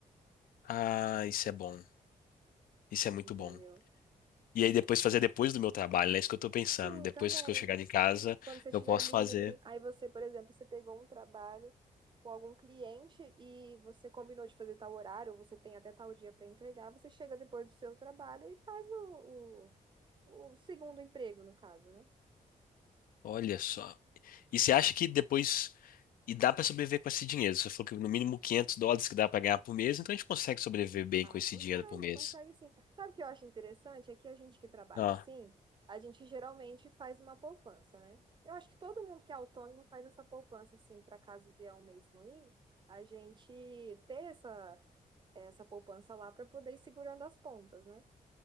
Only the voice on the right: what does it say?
Entendeu?
Sim,
também.
Quando você estiver
livre,
aí você, por exemplo, você pegou um trabalho com algum cliente e você combinou de fazer tal horário, ou você tem até tal dia para entregar, você chega depois do seu trabalho e faz o, o o segundo emprego, no caso, né?
Ah,
consegue,
consegue sim. Sabe o que eu acho interessante? É que a gente que trabalha
assim, a gente geralmente faz uma poupança, né? Eu acho que todo mundo que é autônomo faz essa poupança, assim, para caso vier um mês ruim, a gente ter essa, essa poupança lá para poder ir segurando as pontas, né?